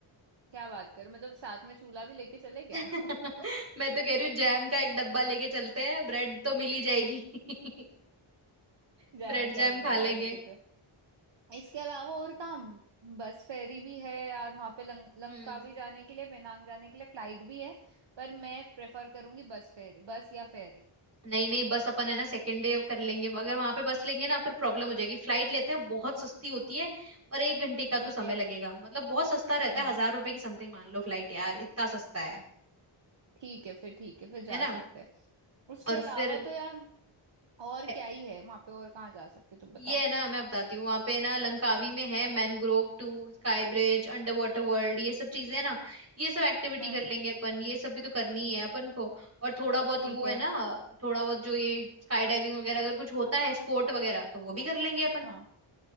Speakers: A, on the right (about 55°); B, on the right (about 30°).
A: क्या बात करूं मतलब साथ में चूल्हा भी लेके चले गया
B: <laughs>
A: <laughs>
B: मैं तो कह रही हूँ जैम का एक डब्बा लेके चलते हैं ब्रेड तो मिल ही जाएगी <laughs>
A: जैम
B: ब्रेड
A: का
B: जैम
A: एक डब्बा
B: खा लेंगे
A: लेके चल इसके अलावा और कहाँ बस फेरी भी है यार वहां पे लंक, लंकावी
B: हम्म
A: जाने के लिए पेनांग जाने के लिए फ्लाइट भी है पर मैं प्रेफर करूंगी बस फेरी बस या फेरी
B: नहीं नहीं बस अपन है ना सेकेंड डे कर लेंगे अगर वहां पे बस लेंगे ना फिर प्रॉब्लम हो जाएगी फ्लाइट लेते हैं बहुत सस्ती होती है और एक घंटे का
A: ठीक
B: तो समय
A: है
B: लगेगा मतलब बहुत सस्ता रहता
A: हम्म
B: है हजार रुपए की समथिंग मान लो फ्लाइट यार इतना सस्ता है
A: ठीक है फिर ठीक है फिर जा
B: है ना
A: सकते हैं उसके
B: और
A: अलावा
B: फिर
A: तो यार और
B: ए-
A: क्या ही है वहां पे और कहाँ जा सकते तुम बताओ
B: ये है ना मैं बताती हूँ वहां पे है ना लंकावी में है mangrove tour sky bridge under water world ये सब चीजें है ना ये सब एक्टिविटी
A: हम्म
B: कर लेंगे अपन ये सब भी तो करनी है अपन को और थोड़ा बहुत
A: ठीक
B: वो है
A: है
B: ना थोड़ा बहुत जो ये स्काई डाइविंग वगैरह अगर कुछ होता है स्पोर्ट वगैरह तो वो भी कर लेंगे अपन
A: हाँ